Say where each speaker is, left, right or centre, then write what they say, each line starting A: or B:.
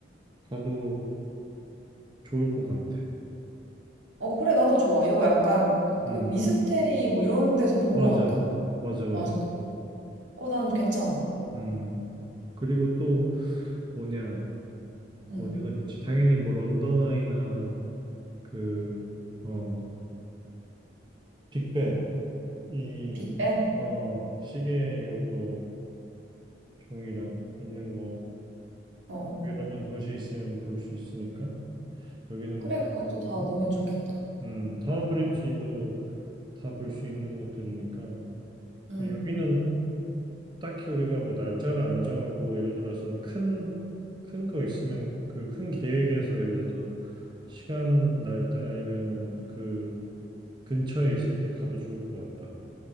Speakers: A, on the right (about 25°); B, on the right (about 90°).
A: 가도 좋을 것 같아.
B: 어, 그래, 나도 좋아. 이거 약간 그
A: 음,
B: 미스테리 뭐 이런 데서 본
A: 맞아.
B: 것 같다.
A: 맞아, 맞아.
B: 맞아. 어, 난 괜찮아.
A: 음, 그리고 또 뭐냐,
B: 응.
A: 어디가 좋지? 당연히 뭐 런던 아이나 그, 어, 빅벤, 이,
B: 빅뱅?
A: 어, 시계 이것도 종이랑 있는 거,
B: 어, 어.
A: 그 런던 도시에 있으면 볼 수 있으니까, 여기는
B: 그래,
A: 뭐 다
B: 그것도
A: 있는 거고,
B: 다 넣으면 좋겠다.
A: 음, 타워브리지도 다 볼 수 있는 것들이니까,
B: 응.
A: 여기는 딱히 우리가 뭐 날짜를 안 정하고 예를 들어서 큰 큰 거 있으면 그 큰 계획에서 예를 들어서 시간 날 땐 아니면은 그 근처에 있을 때 가도 좋을 것 같다.